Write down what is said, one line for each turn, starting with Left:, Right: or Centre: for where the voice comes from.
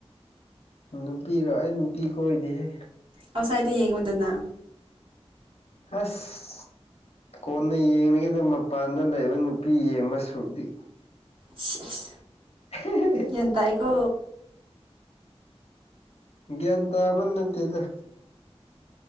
Left: ꯅꯨꯄꯤꯔꯣ ꯑꯩ ꯅꯨꯄꯤ ꯀꯣꯏꯗꯦꯍꯦ꯫
Right: ꯑꯥꯎꯠꯁꯥꯥꯏꯠꯇ ꯌꯦꯡꯉꯨꯗꯅ꯫
Left: ꯍꯁ꯫ ꯀꯣꯟꯅ ꯌꯦꯡꯂꯒꯦꯗ ꯃꯄꯥꯟꯗ ꯂꯩꯕ ꯅꯨꯄꯤ ꯌꯦꯡꯕ ꯁꯔꯨꯛꯗꯤ꯫
Right: ꯏꯁ ꯏꯁ꯫
Left: <unintelligible>
Right: ꯒ꯭ꯌꯥꯟ ꯇꯥꯏꯀꯣ꯫
Left: ꯒ꯭ꯌꯥꯟ ꯇꯥꯕ ꯅꯠꯇꯦꯗ꯫